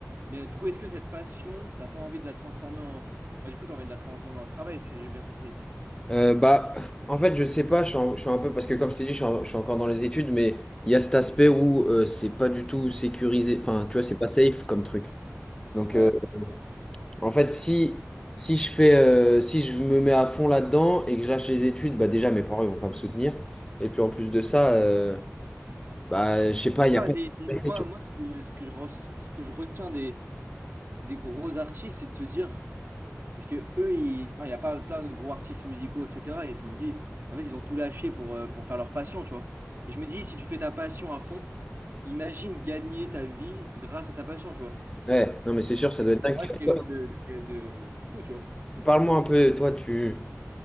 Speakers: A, on the right (about 45°); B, on the left (about 15°).
A: Mais euh, du coup, est-ce que cette passion, t'as pas envie de la transformer en. Bah, du coup, t'as envie de la transformer en travail, si j'ai bien compris.
B: Euh, bah, en fait, je sais pas, je suis, en- je suis un peu, parce que comme je t'ai dit, je suis, en- je suis encore dans les études, mais il y a cet aspect où euh, c'est pas du tout sécurisé, enfin, tu vois, c'est pas safe comme truc. Donc,
A: Ouais.
B: euh, En fait, si, si je fais, euh, si je me mets à fond là-dedans et que je lâche les études, bah déjà, mes parents, ils vont pas me soutenir. Et puis, en plus de ça, euh, bah, je sais pas, il y
A: Ah,
B: a pas
A: les-
B: de...
A: les- moi,
B: tu
A: moi, ce que, ce que je, re- ce que je retiens des, des gros artistes, c'est de se dire, parce que eux, ils- enfin, il y a pas plein de gros artistes musicaux, etc. Et ils se sont dit, en fait, ils ont tout lâché pour, euh, pour faire leur passion, tu vois. Et je me dis, si tu fais ta passion à fond, imagine gagner ta vie grâce à ta passion, tu vois.
B: vois. Ouais, non, mais c'est sûr, ça
A: Et
B: doit être
A: que,
B: dingue.
A: En fait, c'est quelque
B: Toi,
A: chose de, de, de- de fou, tu vois.
B: Parle-moi un peu, toi, tu...